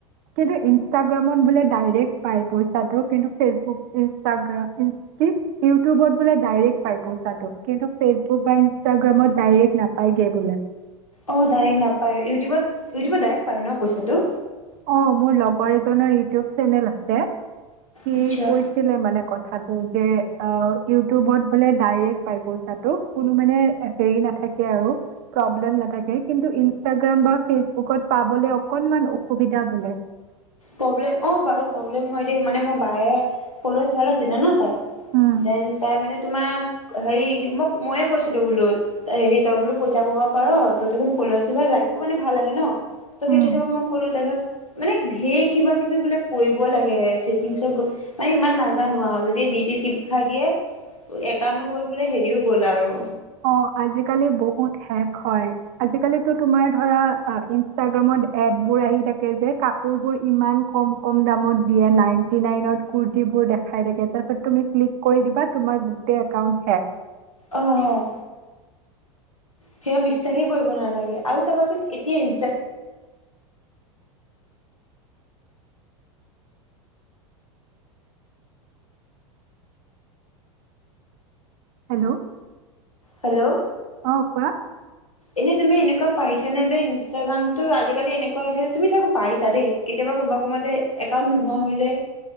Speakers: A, on the right; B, on the left.
A: কিন্তু ইনষ্টাগ্ৰামত বোলে ডাইৰেক্ট পাই পই তাতো কিন্তু ফেচবুক ইনষ্টাগ্ৰা ইন্চ কি! ইউটিউবত বোলে ডাইৰেক্ট পাই পইচাটো কিন্তু ফেচবুক বা ইনাগ্ৰামত ডাইৰেক্ট নাপায়গে বোলে।
B: অ ডাইৰেক্ট নাপায়, ইউটিউবত ইউটিউবত ডাইৰেক্ট পায় ন পইচাটো?
A: অ মোৰ লগৰ এজনৰ ইউটিউব চেনেল আছে সি
B: আচ্ছা
A: কৈছিলে মানে কথাটো যে অঁ ইউটিউবত বোলে ডাইৰেক্ট পাই পইচাটো কোনো মানে হেৰি নাথাকে আৰু প্ৰব্লেম নাথাকে কিন্তু ইনষ্টাগ্ৰাম বা ফেচবুকত পাবলে অকনমান অ এয়া বোলে।
B: প্ৰব্লেম অঁ বাৰু প্ৰব্লেম হয় দেই মানে মোৰ বায়ে ফলুৱাচ ভাল আছিলে ন তাই,
A: উম,
B: দেন তাই মানে তোমাক হেৰি মোক ময়ে কৈছিলো বোলো হেৰি তই বোলো পইচা কব পাৰ ত দেখ ফুল বাছিব লাইকো মানে ভাল আহে ন ত খেতি
A: উম,
B: চাবত মই ক'লো তেত মানে ঢেঁক, কিবা -কিবি বোলে কৰিব লাগে। ছেটিংচ ত গৈ মানে ইমান নাজানো আৰু যদি যিতি টিপ খাই দিয়ে। একাঁউনো কৰি বোলে হেৰিও, গ'ল আৰু,
A: অহ ', আজিকালি টো বহুত হেক হয়, আজিকালিটো তোমাৰ ধৰা ইনষ্টাগ্ৰামত এদবোৰ আহি থাকে যে, কাপোৰবোৰ ইমান কম - কম দামত দিয়ে নাইন্তি - নাইনত কুৰ্তিবোৰ দেখাই থাকে তাতে তুমি ক্লিক কৰি দিবা, তোমাৰ গোটেই একাউণ্ট হেক।
B: অহ ', অহ', সেয়া বিশ্বাসে কৰিব নালাগে। আৰু চাবাচোন এতিয়া ইনষ্ট্ৰাগ্ৰা,
A: হেল্ল',
B: হেল্ল',
A: অহ ', কোৱা।
B: এনে তুমি এনেকুৱা পাইছা নে যে, ইনষ্টাগ্ৰামতটো আজিকালি এনেকুৱা হৈছে তুমি চাগে পাইছা দেই, কেতিয়াবা কোনোবা- -কোনবা যে একাউণ্ট নোহোৱা হৈ যায়।